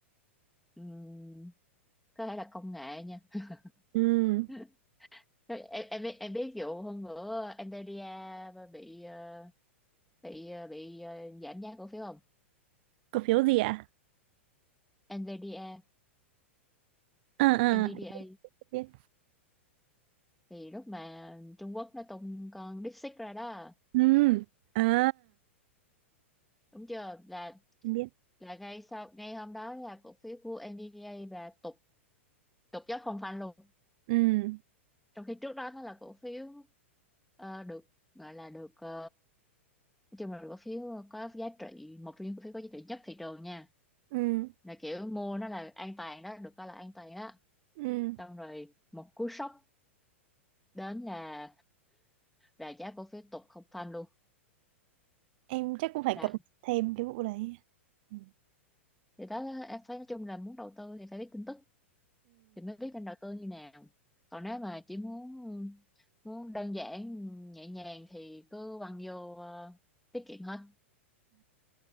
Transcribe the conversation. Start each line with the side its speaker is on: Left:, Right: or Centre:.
Centre: Ừm, có thể là công nghệ nha
Right: ừ
Centre: <laughs> em em biết em biết vụ hôm bữa Nvidia bị ờ, bị ờ, bị ờ, giảm giá cổ phiếu không
Right: cổ phiếu gì ạ
Centre: Nvidia
Right: à à
Centre: Nvidia
Right: em biết
Centre: thì lúc mà Trung Quốc nó tung con DeepSeek ra đó
Right: ừ à
Centre: đúng chưa là
Right: em biết
Centre: là ngay sau ngay hôm đó là cổ phiếu của Nvidia là tụt tụt dốc không phanh luôn
Right: ừ
Centre: trong khi trước đó nó là cổ phiếu ờ, được gọi là được ờ, nói chung là được cổ phiếu có giá trị một trong những cổ phiếu có giá trị nhất thị trường nha
Right: ừ
Centre: là kiểu mua nó là an toàn đó được coi là an toàn đó
Right: ừ
Centre: xong rồi một cú sốc đến là là giá cổ phiếu tụt không phanh luôn
Right: em chắc cũng phải
Centre: Đó.
Right: cập nhật thêm cái vụ đấy Ừ.
Centre: thì đó em phải nói chung là muốn đầu tư thì phải biết tin tức thì mới biết nên đầu tư như nào còn nếu mà chỉ muốn muốn đơn giản nhẹ nhàng thì cứ quăng vô ờ, tiết kiệm hết